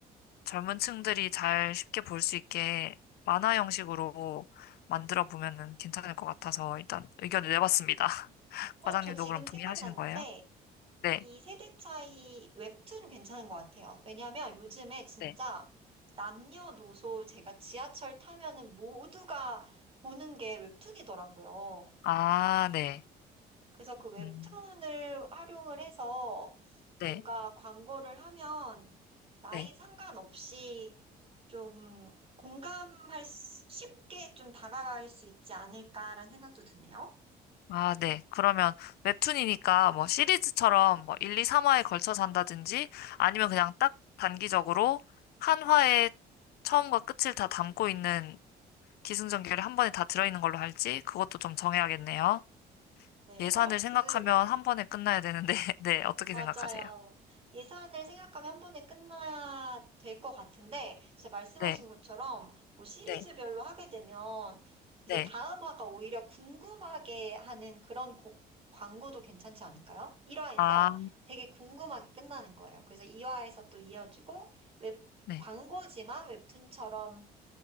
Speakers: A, on the left (about 70°); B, on the right (about 35°).
A: 젊은 층들이 잘 쉽게 볼 수 있게 만화 형식으로 만들어 보면은 괜찮을 것 같아서 일단 의견을 내봤습니다. <laughs> 과장님도
B: 어, 저 지금
A: 그럼 동의하시는
B: 생각났는데,
A: 거예요? 네.
B: 이 세대 차이 웹툰 괜찮은 것 같아요. 왜냐면 요즘에 진짜
A: 네.
B: 남녀노소 제가 지하철 타면은 모두가 보는 게 웹툰이더라고요.
A: 아, 네.
B: 그래서 그 웹툰을
A: 음,
B: 활용을 해서
A: 네.
B: 뭔가 광고를 하면 나이
A: 네.
B: 상관없이 좀 공감할 수- 쉽게 좀 다가갈 수 있지 않을까라는 생각도 드네요.
A: 아, 네. 그러면 웹툰이니까 뭐 시리즈처럼 뭐 1, 2, 3화에 걸쳐서 한다든지 아니면 그냥 딱 단기적으로 한 화에 처음과 끝을 다 담고 있는 기승전결이 한 번에 다 들어있는 걸로 할지 그것도 좀 정해야겠네요.
B: 네.
A: 예산을
B: 어,
A: 생각하면
B: 그
A: 한 번에 끝나야 되는데, <laughs> 네, 어떻게
B: 맞아요.
A: 생각하세요?
B: 예산을 생각하면 한 번에 끝나야 될 것 같은데, 진짜 말씀하신
A: 네,
B: 것처럼 뭐 시리즈별로
A: 네,
B: 하게 되면 이제
A: 네.
B: 다음 화가 오히려 궁금하게 하는 그런 고- 광고도 괜찮지 않을까요? 1화에서
A: 아,
B: 되게 궁금하게 끝나는 거예요. 그래서 2화에서 또 이어지고, 웹,
A: 네.
B: 광고지만 웹툰처럼